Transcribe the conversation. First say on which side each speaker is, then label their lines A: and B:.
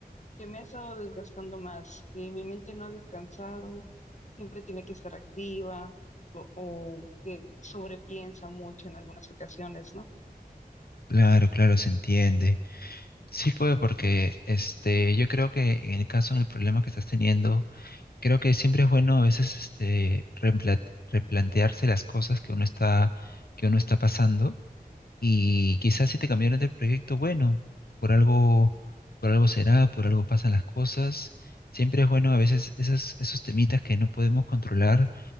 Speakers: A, on the left; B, on the left.
A: que me ha estado desgastando más, que mi mente no ha descansado, siempre tiene que estar activa o, o que sobrepiensa mucho en algunas ocasiones, ¿no?
B: claro, claro, se entiende. Sí puedo, porque este, yo creo que en el caso del problema que estás teniendo, creo que siempre es bueno a veces este, reempla- replantearse las cosas que uno está, que uno está pasando. Y quizás si te cambiaron del proyecto, bueno, por algo, por algo será, por algo pasan las cosas. Siempre es bueno a veces esas, esos temitas que no podemos controlar